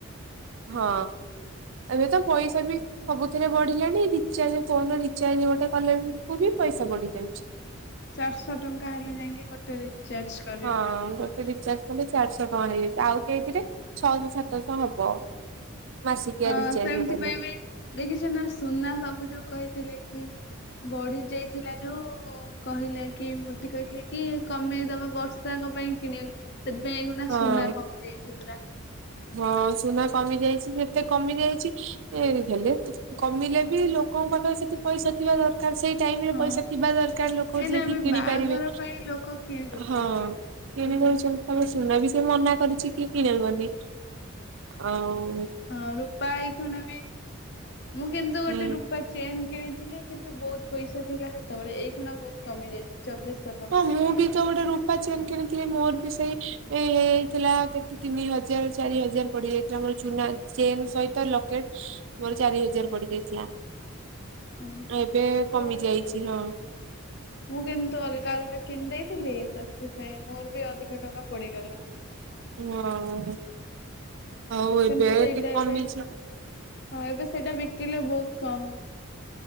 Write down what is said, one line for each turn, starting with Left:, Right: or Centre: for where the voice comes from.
Right: ହଁ ଏବେ ତ ପଇସା ବି ସବୁଥିରେ ବଢିଲାଣି ରିଚାର୍ଜ ଫୋନ୍ ରିଚାର୍ଜ ଗୋଟେ କଲେବି ପଇସା ବଢି ଯାଉଛି।
Left: ଚାରିଶହ ଟଙ୍କା ହେଲେ ଯାଇକି ଗୋଟେ ରିଚାର୍ଜ କରି
Right: ହଁ ବା। ରିଚାର୍ଜ କଲେ ଚାରିଶହ ଟଙ୍କା ହେଇଯାଇଛି ଆଉ କେହିଥିରେ ଛଅଶହ ସାତଶହ ହବ। ମାସିକିଆ
Left: ହଁ
Right: ରିଚାର୍ଜ
Left: ସେମିତି
Right: କଲେ
Left: ପାଇଁ ବି ଦେଖିଛ ନା ସୁନା ସବୁ ଯୋଉ କହିଥିଲେ କି ବଢି ଯାଇଥିଲା ଯୋଉ କହିଲା କି ମୋଦି କହିଥିଲେ କି କମେଇ ଦବା ବର୍ଷାକ ପାଇଁ କିଣିବନି ସେଥିପାଇଁ ଏଗୁନା
Right: ହଁ
Left: ସୁନା କମି ଯାଇଛି ପୁରା।
Right: ହଁ ସୁନା କମି ଯାଇଛି ଯେତେ କମି ଯାଇଛି ହେଲେ କମିଲେ ବି ଲୋକଙ୍କ ପାଖରେ ସେତିକି ପଇସା ଥିବା ଦରକାର। କା ସେଇ ଟାଇମ୍ ରେ
Left: ହଁ
Right: ପଇସା ଥିବା ଦରକାର
Left: କାହିଁକି
Right: ଲୋକ ଯିଏକି
Left: ନା ଏବେ
Right: କିଣି
Left: ବାହାଘର
Right: ପାରିବେ
Left: ପାଇଁ ଲୋକ କିଣି ଦଉଛନ୍ତି
Right: ହଁ।
Left: ସେଥିପାଇଁ
Right: କିଣି ରହିଛନ୍ତି ତମେ ସୁନା ବି ସେ ମନା କରିଛି କି କିଣିବନି। ହଉ
Left: ହଁ ରୂପା ଏଇ ଖଣ ବି ମୁଁ କିନ୍ତୁ ଗୋଟେ
Right: ହୁଁ
Left: ରୂପା ଚେନ୍ କିଣିଥିଲି କିନ୍ତୁ ବହୁତ ପଇସା ଥିଲା ସେତେବେଳେ ଏଇ କ୍ଷୀନା ବହୁତ କମି ଯାଇଛି। ଚବିଶଶହ ଟଙ୍କା
Right: ହଁ ମୁଁ
Left: ହେଇଯାଇଛି
Right: ବି ତ ଗୋଟେ ରୂପା ଚେନ୍ କିଣିଥିଲି ମୋର ବି ସେଇ ହେଇଯାଇଥିଲା କେତେ ତିନି ହଜାର ଚାରି ହଜାର ପଡି ଯାଇଥିଲା ଆମର ସୁନା ଚେନ୍ ସହିତ ଲକେଟ ମୋର ଚାରି ହଜାର ପଡିଯାଇଥିଲା
Left: ଓହୋ
Right: ଏବେ କମି
Left: ମୁଁ
Right: ଯାଇଛି
Left: କିନ୍ତୁ
Right: ହଁ।
Left: ମୁଁ କିନ୍ତୁ ଅଲଗା ଅଲଗା କିଣିଦେଇଥିଲି ସେଥିପାଇଁ ମୋର ବି ଅଧିକ ଟଙ୍କା ପଡିଗଲା।
Right: ହଁ ଆଉ
Left: କିନ୍ତୁ
Right: ଏବେ
Left: ସେଇଟା
Right: ଟି କମିସନ
Left: ଏବେ ହଁ ଏବେ ସେଇଟା ବିକିଲେ ବହୁତ କମ୍।